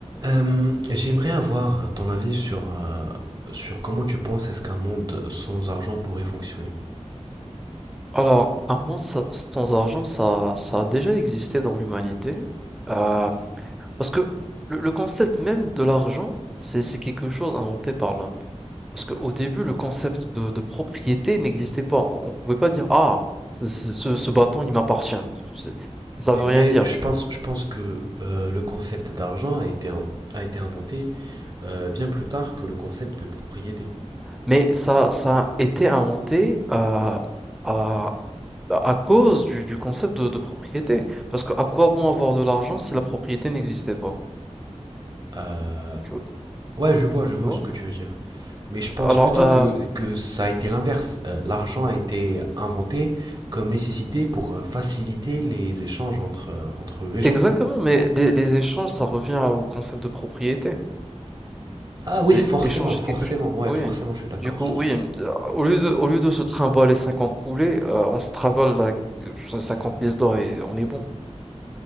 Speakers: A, on the right; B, in the centre.
A: Euh, j'aimerais avoir ton avis sur, euh, sur comment tu penses est-ce qu'un monde sans argent pourrait fonctionner.
B: Alors, un monde sa- sans argent, ça, ça a déjà existé dans l'humanité. Euh, parce que le, le concept même de l'argent, c'est, c'est quelque chose inventé par l'homme. Parce qu'au début, le concept de, de propriété n'existait pas. On ne pouvait pas dire, ah, ce, ce, ce- ce bâton, il m'appartient. C'est- Ça
A: Mais,
B: veut rien
A: mais
B: dire.
A: je pense, je pense que euh, le concept d'argent a été, in- a été inventé euh, bien plus tard que le concept de propriété.
B: Mais ça, ça a été inventé euh, à, à cause du, du concept de, de propriété. Parce que à quoi bon avoir de l'argent si la propriété n'existait pas?
A: Euh,
B: Tu vois?
A: ouais, je vois, je vois
B: tu vois
A: ce que tu veux dire. Mais je pense
B: alors,
A: plutôt
B: euh,
A: que, que ça a été l'inverse. Euh, l'argent a été inventé comme nécessité pour euh, faciliter les échanges entre, euh, entre les gens.
B: Exactement, mais les les échanges, ça revient au concept de propriété.
A: Ah
B: C'est
A: oui, forcément,
B: échanger
A: forcément,
B: quelque chose.
A: ouais,
B: Oui.
A: forcément, je suis d'accord
B: Du coup,
A: sur ce
B: oui, de- au lieu de, au lieu de se trimballer 50 poulets, euh, on se trimballe la- euh, 50 pièces d'or et on est bon.